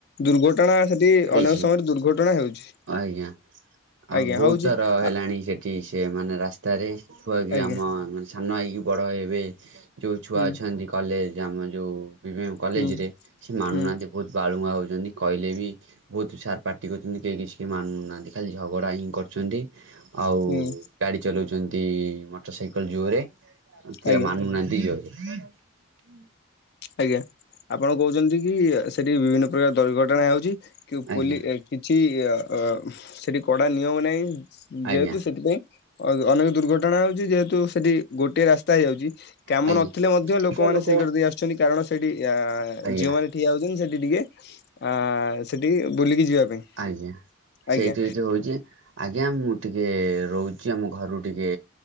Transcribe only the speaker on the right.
ହେଇଛି
ଆଜ୍ଞା ଆଉ
ବହୁତ
ଥର ହେଲାଣି
ସେଠି ସେ ମାନେ ରାସ୍ତାରେ। ଛୁଆକ
ଆମ ମାନେ ସାନ ହେଇକି ବଡ଼ ହେବେ ଯେଉଁ ଛୁଆ
ଅଛନ୍ତି କଲେଜ ଆମ ଯଉ ବିଭି କଲେଜ
ରେ ସେ ମାନୁନାହାନ୍ତି
ବହୁତ ବାଳୁଙ୍ଗା ହଉଛନ୍ତି। କହିଲେ ବି ବହୁତ ସାର୍ ପାାର୍ଟି କରୁଛନ୍ତି କେହି କିଛି କେହି ମାନୁନାହାଁନ୍ତି ଖାଲି ଝଗଡ଼ା ହିଁ କରୁଛନ୍ତି। ଆଉ
ଗାଡି ଚଲାଉଛନ୍ତି ମୋଟର ସାଇକେଲ ଜୋରରେ କିଏ
ମାନୁନାହାନ୍ତି ଜୋରରେ। <unintelligible>
ଆଜ୍ଞା
ଆଜ୍ଞା
ଆଜ୍ଞା
ଲୋକ
ଆଜ୍ଞା
ଆଜ୍ଞା ସେଇଥିରେ
ତ ହଉଛି ଆଜ୍ଞା ମୁଁ ଟିକେ ର ରହୁଛି ଆମ ଘରୁ ଟିକେ